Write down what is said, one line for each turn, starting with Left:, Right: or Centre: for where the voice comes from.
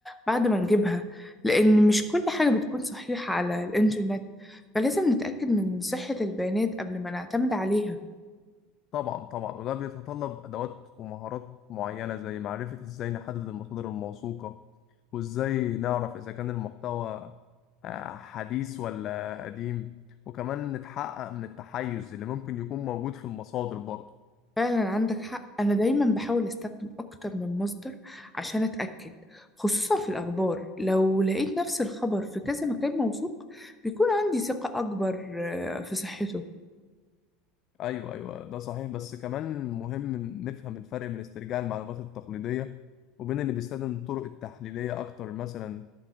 Centre: بعد ما نجيبها لان مش كل حاجة بتكون صحيحة على الانترنت فلازم نتأكد من صحة البيانات قبل ما نعتمد عليها
Left: طبعا طبعا وده بيتطلب ادوات ومهارات معينة زي معرفة ازاي نحدد المصادر الموثوقة وازاي نعرف اذا كان المحتوى آه، حديث ولا قديم وكمان نتحقق من التحيز اللي ممكن يكون موجود في المصادر برضه
Centre: فعلا عندك حق أنا دايما بحاول أستخدم أكتر من مصدر عشان أتأكد خصوصا في الأخبار لو لقيت نفس الخبر في كذا مكان موثوق بيكون عندي ثقة أكبر آه، في صحته
Left: ايوه ايوه ده صحيح بس كمان مهم نفهم الفرق بين استرجاع المعلومات التقليديه وبين اللي بيستخدم الطرق التحليليه اكتر مثلا